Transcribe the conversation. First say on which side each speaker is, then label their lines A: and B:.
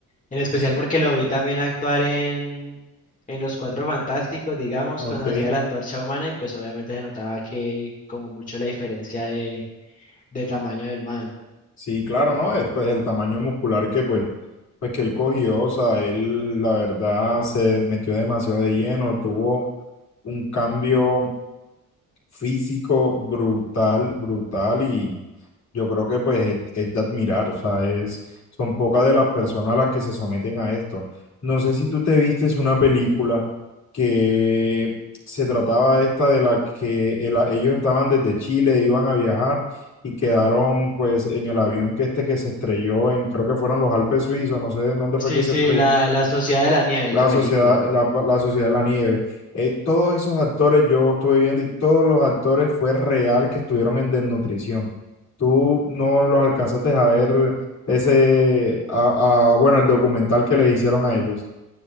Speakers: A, on the left (about 25°); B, on the left (about 55°).
A: En especial
B: Sí,
A: porque lo vi también actuar en, en Los Cuatro Fantásticos, digamos,
B: ok.
A: cuando hacía la antorcha humana y pues obviamente se notaba que como mucho la diferencia de, de tamaño del man.
B: Sí, claro, ¿no? Eh, Pues el tamaño muscular que, pues, pues que él cogió, o sea, él, la verdad, se metió demasiado de lleno, tuvo un cambio físico brutal, brutal y yo creo que pues es, es de admirar, o sea, es, son pocas de las personas las que se someten a esto. No sé si tú te vistes una película que se trataba esta de la que el- ellos estaban desde Chile, iban a viajar y quedaron pues en el avión que este que se estrelló en, creo que fueron los Alpes suizos, no sé en dónde
A: Sí,
B: fue que se
A: sí,
B: estrelló
A: la, la Sociedad de la Nieve,
B: la
A: la película.
B: sociedad, la, la sociedad de la nieve. Eh, todos esos actores yo estuve viendo y todos los actores fue real que estuvieron en desnutrición. Tú no los alcanzaste a ver ese, a- a- bueno, el documental que les hicieron a ellos.